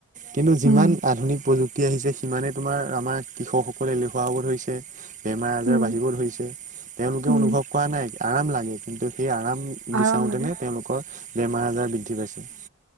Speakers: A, on the right; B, on the right.
A: কিন্তু যিমান
B: উম,
A: আধুনিক প্ৰযুক্তি আহিছে সিমানেই তোমা আমাৰ আমাৰ কৃষকসকলে এলেখুৱা হ'ব ধৰিছে। বেমাৰ-আজাৰ
B: উম,
A: বাঢ়িব ধৰিছে। তেওঁলোকেও
B: উম,
A: অনুভৱ কৰা নাই। আৰাম লাগে কিন্তু সেই আৰাম উম উ উ,
B: আৰাম
A: বিচাৰো
B: লাগে,
A: তেনে তেওঁলোকৰ বেমাৰ-আজাৰ বৃদ্ধি পাইছে।